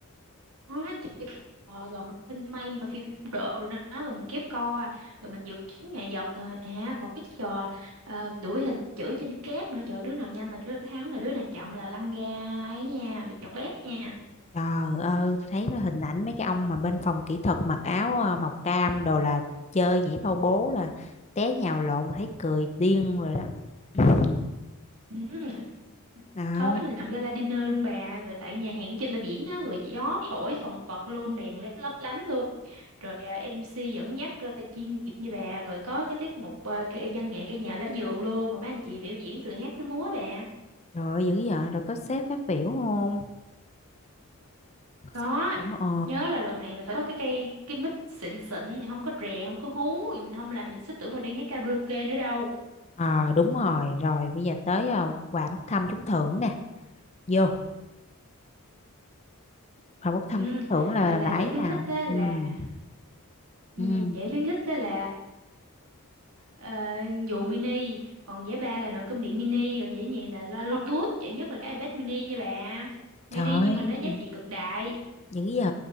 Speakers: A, on the right (about 75°); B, on the left (about 30°).
A: nó chỉ ờ, gần tinh may mà phim độ rồi đó rồi mình kiếp co rồi mình dự kiến nghệ thuật à à, còn cái trò ờ, đuổi hình chữ trên cát nữa trời đứa nào nhanh là đứa thắng rồi đứa nào chậm là lăn ra ấy nha bị chọt lét nha
B: Trời ơi, thấy mấy hình ảnh mấy cái ông mà bên phòng kỹ thuật mặc áo ờ, màu cam đồ là chơi nhảy bao bố là té nhào lộn thấy cười điên rồi đó. <laughs>
A: ừ.
B: Đó,
A: tối mình làm gala dinner luôn bà rồi tại nhà hàng ở trên bờ biển á rồi gió thổi phần phật luôn đèn led lấp lánh luôn rồi à, MC dẫn dắt ờ, chuyên nghiệp như bà rồi có cái tiết mục ờ, cái văn nghệ cây nhà lá vườn luôn rồi mấy anh chị biểu diễn từ hát tới múa bà
B: trời ơi, dữ vậy rồi có sếp phát biểu không? Có
A: có
B: sếp đúng ờ.
A: nhớ là lần này là phải có cái cây cái mic xịn xịn không có rè không có hú rồi mình không làm mình sẽ tưởng mình đang hát karaoke nữa đâu
B: Ờ đúng rồi, rồi bây giờ tới ờ, quà bốc thăm trúng thưởng nè. Vô, quà bốc thăm
A: ừ,
B: trúng thưởng là,
A: à,
B: là
A: là
B: bà
A: giải
B: ấy
A: khuyến
B: nào?
A: khích á là
B: Ừ.
A: ừ,
B: Ừ.
A: giải khuyến khích á là ờ, dù mini còn giải ba là nồi cơm điện mini rồi giải nhì là loa Bluetooth giải nhất là cái iPad mini nha bà mini
B: Trời
A: nhưng mà nó giá
B: ơi,
A: trị cực đại
B: dữ vậy.